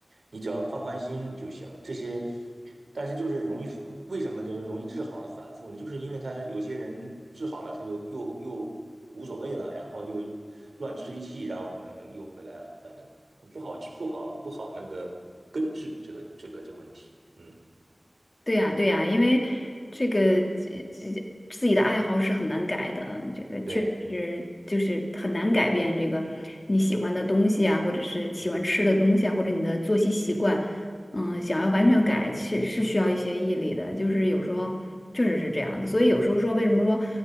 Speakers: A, on the right; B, on the left.
A: 你只要放宽心就行，这些。但是就是容易，为什么就是容易治好了反复呢？就是因为他有些人治好了，他就又又无所谓了，然后又乱吃一气，然后可能又回来了，反正不好治，不好不好那个根治这个这个这个问题。嗯，
B: 对呀，对呀，因为这个这这自己的爱好是很难改的，这个确实是就是很难改变这个你喜欢的东西啊，
A: 对。
B: 或者是喜欢吃的东西啊，
A: 嗯
B: 或者你的作息习惯。嗯，想要完全改，是是需要一些毅力的，就是有时候确实是这样的。所以有时候说，为什么说